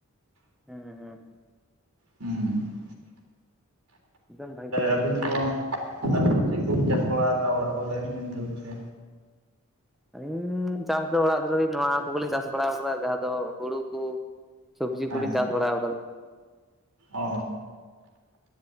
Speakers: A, in the centre; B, on the right.
A: ᱦᱮᱸ ᱦᱮᱸ
B: ᱦᱮᱸ
A: ᱮᱠᱫᱚᱢ ᱵᱷᱟᱜᱮ ᱠᱟᱛᱷᱟ ᱵᱮᱱ
B: ᱟᱹᱵᱤᱱ
A: ᱞᱟᱹᱭ ᱠᱮᱫᱟ᱾
B: ᱫᱚ ᱪᱮᱫ ᱠᱚᱵᱤᱱ ᱪᱟᱥ ᱵᱟᱲᱟ ᱟᱠᱟᱜ ᱚᱲᱟᱜ ᱠᱚᱨᱮ ᱱᱤᱛ ᱫᱷᱟᱹᱵᱤᱡ ᱛᱮ
A: ᱟᱹᱞᱤᱧ ᱪᱟᱥ ᱫᱚ ᱚᱲᱟᱜ ᱫᱩᱣ ᱱᱚᱣᱟ ᱠᱚᱜᱮᱞᱤᱧ ᱪᱟᱥ ᱵᱟᱲᱟᱣ ᱟᱠᱟᱫᱟ ᱡᱟᱦᱟᱸ ᱫᱚ ᱦᱩᱲᱩ ᱠᱚ ᱥᱚᱵᱽᱡᱤ
B: ᱦᱮᱸ
A: ᱠᱚᱞᱤᱧ ᱪᱟᱥ ᱵᱟᱲᱟ ᱟᱠᱟᱫᱟ
B: ᱚ